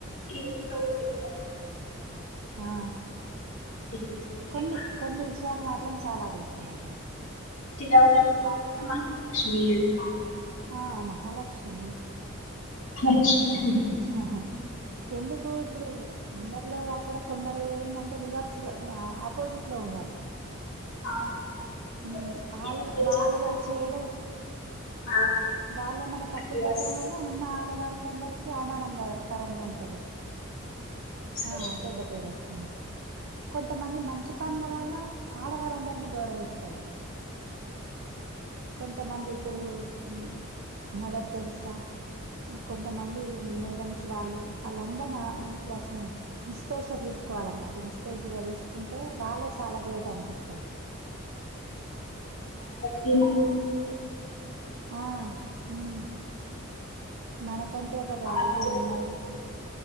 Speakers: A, on the left; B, on the right.
A: ఈ రోజ్ డౌట్ చెప్పండి
B: ఆ
A: తిరుగుతుంటే
B: కొన్ని
A: మహా
B: కొన్ని విషయాలు మా త్రం చాలా అదృష్టవంతురాలు
A: చీరకొనపుడు మాత్రం మహాలక్ష్మి అంటారు
B: ఆ మహాలక్ష్మి ఏంటి
A: లక్ష్మి అన్
B: ఆహ ఎందుకు ఇప్పుడు అందరిలో గాకూడా కొందరు ఏందంటే రివర్స్ లో ఆ ఆపోజిట్ లో ఉన్నరు
A: అవును అంతే
B: ఊ
A: ఈ
B: ఆళ్ళు
A: మధ్య
B: వాళ్ళు
A: చాలా
B: చేయడం
A: ఆ,
B: వాళ్ళేమనా
A: ఈ మీడియాస్
B: తప్పులు చేయడం వల్ల ఉన్న ఆడవారి కొందరికి అవమానంగా కరంగా ఉంటది
A: సోషల్
B: ఆ చెడ్డ పేరు వస్తుంది కొంతమంది మంచి పనుల వల్ల ఆడవారు అందరినీ గౌరవిస్తారు కొంతమంది ఇప్పుడు ఊ మదర్ టెరిసా కొంతమంది మేడమ్స్ వాళ్ళు వాళ్ళందరునీ ఆ ఇట్లా ఇన్స్పిరేషన్ తీసుకోవాలన్నమాట ఇన్సరేషన్ గా తీసుకుంటే వాళ్ళ చాలా గ్రేట్ అనిపిస్తది
A: బట్టి
B: ఆ ఉమ్ మనకంటూ ఒక వ్యాల్యూ
A: ఆలోచన
B: ఉండదు